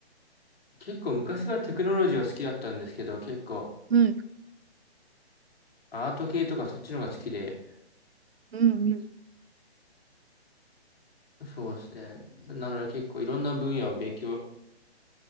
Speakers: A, on the left; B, on the right.
A: 結構昔はテクノロジーは好きだったんですけど、結構
B: うん、
A: アート系とかそっちの方が好きで、
B: うん、うん。
A: そうですね。なので結構いろんな分野を勉強